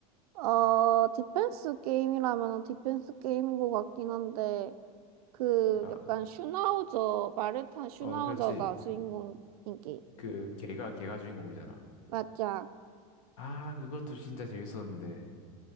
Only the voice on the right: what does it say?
어, 디펜스 게임이라면 디펜스 게임인 것 같긴 한데, 그,
약간 슈나우저, 마르탄 슈나우저가
주인공인 게임.
맞아.